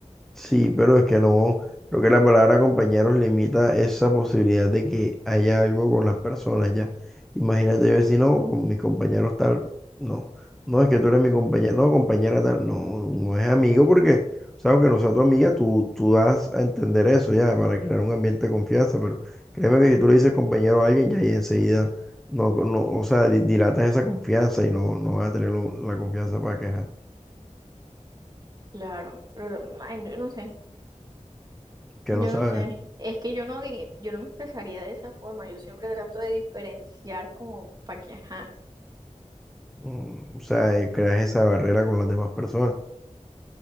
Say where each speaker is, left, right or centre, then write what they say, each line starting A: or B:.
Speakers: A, in the centre; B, on the right.
A: sí, pero es que no, creo que la palabra compañeros limita esa posibilidad de que haya algo con las personas ya. Imagínate yo decir, no, con mis compañeros tal, no, no es que tú eres mi compañero, no, compañera tal, no, no es amigo porque, o sea, aunque no sea tu amiga, tú, tú das a entender eso ya para crear un ambiente de confianza, pero créeme que si tú le dices compañero a alguien, ya ahí enseguida, no, no, o sea, di- dilatas esa confianza y no, no vas a tener lo- la confianza para quejar,
B: Claro, pero ay, no, no sé.
A: que
B: Yo
A: no sabes.
B: no sé. Ujú. Es que yo no di, yo no me expresaría de esa forma. Yo siempre trato de diferenciar como para que, ajá.
A: Mm, O sea, eh, creas esa barrera con las demás personas.